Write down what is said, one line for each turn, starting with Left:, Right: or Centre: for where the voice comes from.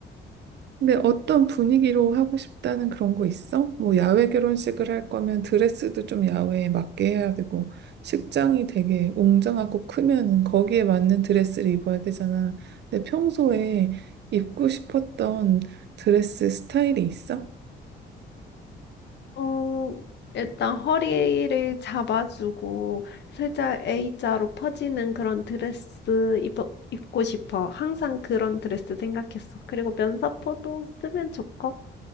Right: 근데 어떤 분위기로 하고 싶다는 그런 거 있어? 뭐 야외 결혼식을 할 거면 드레스도 좀 야외에 맞게 해야 되고, 식장이 되게 웅장하고 크면은 거기에 맞는 드레스를 입어야 되잖아. 근데 평소에 입고 싶었던 드레스 스타일이 있어?
Left: 어 일단 허리를 잡아 주고 살짝 A자로 퍼지는 그런 드레스 입어 입고 싶어. 항상 그런 드레스 생각했어. 그리고 면사포도 쓰면 좋고.